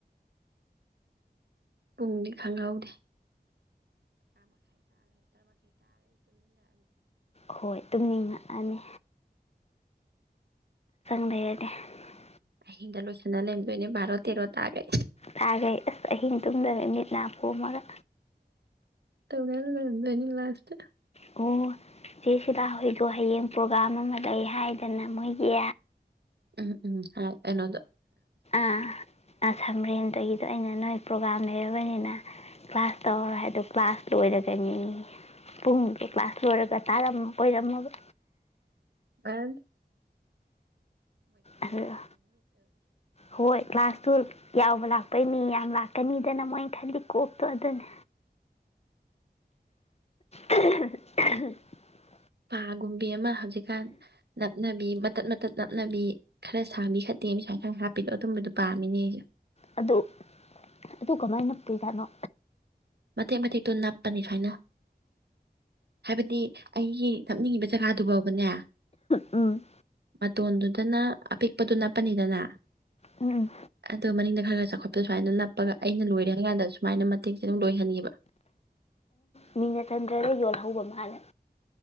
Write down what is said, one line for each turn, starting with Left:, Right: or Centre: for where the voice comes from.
Right: ꯄꯨꯡ ꯅꯦ ꯈꯪꯘꯨꯗꯦ꯫
Left: ꯍꯣꯏ ꯇꯨꯃꯅꯤꯡꯒꯥ ꯅꯤ꯫ <inaudible>
Right: ꯑꯍꯤꯡ ꯗꯥ ꯂꯣꯏꯁꯤꯅꯂꯥ ꯂꯦꯏꯔꯃꯗꯣꯏꯅꯦ ꯕꯥꯔꯣ ꯇꯦꯔꯣ ꯇꯥꯒ꯭ꯔꯦ꯫
Left: ꯊꯥꯈꯩ ꯑꯁ ꯑꯍꯤꯡ ꯇꯨꯝꯗꯕ ꯃꯤꯠ ꯅꯥꯄꯣꯝꯃꯒ
Right: ꯇꯧꯅꯜꯒꯗꯅꯤ ꯂꯥꯁ
Left: ꯑꯣ ꯆꯦ ꯁꯤꯗꯥ ꯍꯣꯏ ꯗꯨ ꯍ꯭ꯌꯥꯡ ꯄ꯭ꯔꯣꯒ꯭ꯔꯥꯝ ꯑꯥꯃꯥ ꯂꯦꯏ ꯍꯥꯏꯗꯥꯏꯅꯥ ꯃꯣꯏꯒꯤ꯫
Right: ꯎꯝ ꯎꯝ ꯑꯅꯗ
Left: ꯑ ꯑꯁꯥꯝꯔꯤꯗꯩꯅ ꯅꯣꯏ ꯄ꯭ꯔꯣꯒꯥꯥꯝ ꯂꯩꯔꯕꯅꯤꯅ ꯀ꯭ꯂꯥꯁ ꯇꯧ ꯍꯥꯏꯗꯣ ꯀ꯭ꯂꯥꯁ ꯂꯣꯏꯔꯒꯅꯤ ꯄꯨꯡꯗꯣ ꯀ꯭ꯂꯥꯁ ꯂꯣꯏꯔꯒ ꯇꯥꯔ ꯀꯣꯏꯔꯝꯃꯕ
Right: ꯑꯣꯏꯔꯥꯟ꯫
Left: ꯑꯗꯨꯗꯨ ꯍꯣꯏ ꯀ꯭ꯂꯥꯁ ꯗꯨ ꯌꯥꯎꯕꯥ ꯂꯥꯛꯄꯩ ꯃꯤ ꯌꯝ ꯂꯥꯛꯀꯅꯤꯗꯅ ꯃꯣꯏ ꯈꯜꯂꯤ ꯀꯣꯛ ꯗꯨ ꯑꯗꯨꯅꯦ <unintelligible>
Right: ꯄꯥꯒꯨꯝꯕꯤ ꯑꯃ ꯍꯧꯖꯤꯛꯀꯥꯟ ꯅꯞꯅꯕꯤ ꯃꯇꯠ ꯃꯇꯠ ꯅꯞꯅꯕꯤ ꯈꯔ ꯁꯥꯥꯡꯕꯤ ꯈꯔ ꯇꯦꯟꯕꯤ ꯁꯨꯃꯥꯏ ꯈꯔ ꯍꯥꯞꯄꯤꯗꯣ ꯑꯗꯨꯨꯝꯕꯗꯨꯣ ꯄꯥꯝꯃꯤꯅꯦ ꯑꯩꯁꯨ
Left: ꯑꯗꯨ ꯑꯗꯨ ꯀꯃꯥꯏꯅ ꯅꯞꯄꯤꯖꯥꯠꯅꯣ
Right: ꯃꯇꯦꯛ ꯃꯇꯦꯛꯇꯣ ꯅꯞꯄꯅꯤ ꯁꯨꯃꯥꯏꯅ ꯍꯥꯏꯕꯗꯤ ꯑꯩꯒꯤ ꯅꯞꯅꯤꯡꯉꯤꯕ ꯖꯒꯥꯗꯨꯐꯥꯎꯕꯅꯦ
Left: ꯎꯝ
Right: ꯃꯇꯣꯟꯗꯨꯗꯅ ꯑꯄꯤꯛꯄꯗꯣ ꯅꯞꯄꯅꯤꯗꯅ
Left: ꯎꯝ ꯎꯝ
Right: ꯑꯗꯨꯒ ꯃꯅꯤꯡꯗ ꯈꯔ ꯈꯔ ꯆꯥꯎꯈꯠꯄ ꯁꯨꯃꯥꯏꯅ ꯅꯞꯄꯒ ꯑꯩꯅ ꯂꯣꯏꯔꯦ ꯍꯥꯏ ꯀꯥꯟꯗ ꯁꯨꯃꯥꯏꯅ ꯃꯇꯦꯛꯁꯦ ꯑꯗꯨꯝ ꯂꯣꯏꯍꯟꯒꯤꯕꯥ
Left: ꯅꯤꯂꯥꯆꯟꯗ꯭ꯔ ꯗꯥ ꯌꯣꯜꯍꯧꯕꯥ ꯃꯥꯜꯂ‌ꯦ꯫